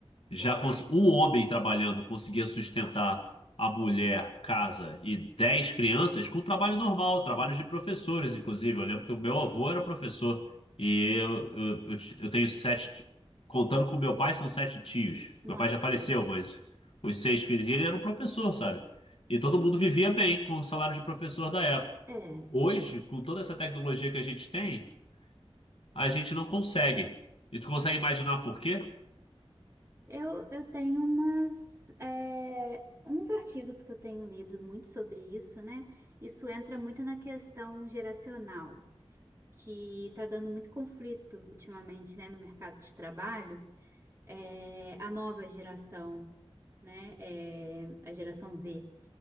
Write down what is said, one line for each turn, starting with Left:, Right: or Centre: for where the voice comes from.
Left: já cons- um homem trabalhando conseguia sustentar a mulher, casa e 10 crianças com trabalho normal, trabalho
Right: Sim.
Left: de professores, inclusive. Eu lembro que o meu avô era professor e eu, eu, eu ti- eu tenho sete, ti- contando com meu pai, são sete tios.
Right: Nossa,
Left: Meu pai já faleceu, mas os seis filhos dele eram professor, sabe? E todo mundo vivia bem com o salário de professor da época.
Right: é.
Left: Hoje, com toda essa tecnologia que a gente tem, a gente não consegue. E tu consegue imaginar por quê?
Right: Eu, eu tenho umas, é, uns artigos que eu tenho lido muito sobre isso, né? Isso entra muito na questão geracional, que está dando muito conflito ultimamente, né, no mercado de trabalho. É, a nova geração, né? É, a geração Z.